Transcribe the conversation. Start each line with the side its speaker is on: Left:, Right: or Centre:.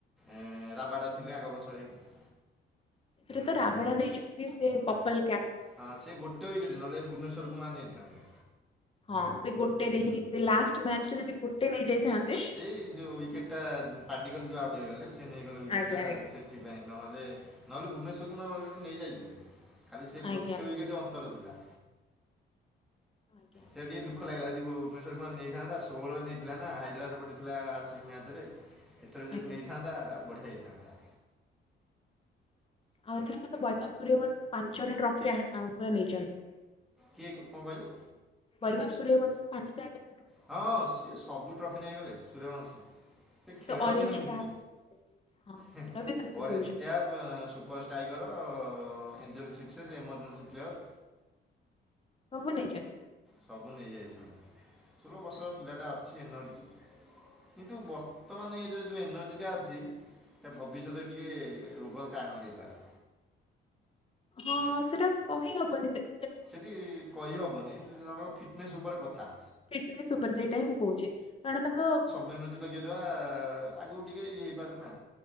Centre: ଆ ରାବାଟା ଥିଲେ ଆଗ ବଛ ହେଇକି
Left: ଏଥିରେ ତ ରାବଡା ନେଇଛନ୍ତି ସେ ପପଲ କ୍ୟାପ।
Centre: ହଁ ସେ ଗୋଟେ ୱିକେଟ୍ ନହେଲେ ଭୁବନେଶ୍ୱର କୁମାର ନେଇଥାନ୍ତେ।
Left: ହଁ ସେ ଗୋଟେରେ ହିଁ ସେ ଲାଷ୍ଟ ମ୍ୟାଚରେ। ଯଦି ଗୋଟେ ନେଇ ଯାଇଥାନ୍ତି।
Centre: ସେଇ ଯୋଉ ୱିକେଟ୍ ଟା ପାର୍ଟିକଲ ଯୋଉ ଆଉଟ୍ ହେଇଗଲେ ସେ ନେଇଗଲେ ୱିକେଟ
Left: ଆଜ୍ଞା
Centre: ଟା
Left: ଆଜ୍ଞା।
Centre: ସେ ସେଥିପାଇଁ ନହେଲେ ନହେଲେ ଭୁବନେଶ୍ୱର କୁମାର ଅଲରେଡି ନେଇ ଯାଇଥିଲେ। ଖାଲି ସେ ଗୋଟେ
Left: ଆଜ୍ଞା
Centre: ୱିକେଟ୍ ଅନ୍ତର ଥିଲା।
Left: ଆଜ୍ଞା
Centre: ସେଇ ଟିକେ ଦୁଖ ଲାଗିଲା। ଯଦି ଭୁବନେଶ୍ୱର୍ କୁମାର ନେଇଥାନ୍ତା ଷୋହଳରେ ନେଇଥିଲା ନା ହାଇଦ୍ରାବାଦ ପଟେ ଥିଲା ଆର ସି ବି ମ୍ୟାଚ ରେ। ଏଥର ଯଦି
Left: ଆଜ୍ଞା
Centre: ନେଇଥାନ୍ତା ବଢ଼ିଆ ହେଇଥାନ୍ତା।
Left: ଆଉ ଏଥିରେ ମ <unintelligible> ବୈଭବ ସୂର୍ଯ୍ୟବଂଶୀ ପାଞ୍ଚଟା ଟ୍ରଫି ଆ ଆ <unintelligible> ପୁରା ନେଇଛନ୍ତି।
Centre: କିଏ କଣ କହିଲେ।
Left: ବୈଭବ ସୂରିଆବଂସିପାଞ୍ଚଟା
Centre: ହଁ ସିଏ ସବୁ ଟ୍ରଫି ନେଇଗଲେ ସୂରିୟବଂଶୀ। ସେ ଖେଳ
Left: ତ ଅରେଞ୍ଜ
Centre: ବି ହେମିତି
Left: କ୍ୟାପ୍ ହଁ
Centre: ହେ
Left: ଖେଳ ବି ସେମିତି
Centre: ଅରେଞ୍ଜ
Left: ଖେଳୁଛନ୍ତି
Centre: କ୍ୟାପ୍। ପ super striker angel sixes emergency player.
Left: ସବୁ ନେଇଛନ୍ତି।
Centre: ସବୁ ନେଇଯାଇଛନ୍ତି, ଷୋହଳ ବର୍ଷର ପିଲାଟା ଅଛି ଏନର୍ଜି। କିନ୍ତୁ ବର୍ତ୍ତମାନ ଏଜରେ ଯେଉଁ ଏନର୍ଜିଟା ଅଛି। ସେ ଭବିଷ୍ୟତରେ ଟିକେ ରୋଗର କାରଣ ହେଇପାରେ।
Left: ହଁ ସେଟା କହିହବନି ତ।
Centre: ସେଠି କହିହବନି ଜଣଙ୍କ ଫିଟନେସ୍ ଉପରେ କଥା।
Left: ଜଣେ ସୁପର ସେଇଟା ହିଁ ମୁଁ କହୁଛି। କାରଣ ତାଙ୍କ
Centre: ବେନଜି ଲଗେଇଦବା ଆଗକୁ ଟିକେ ଇଏ ହେଇପାରେ ନା।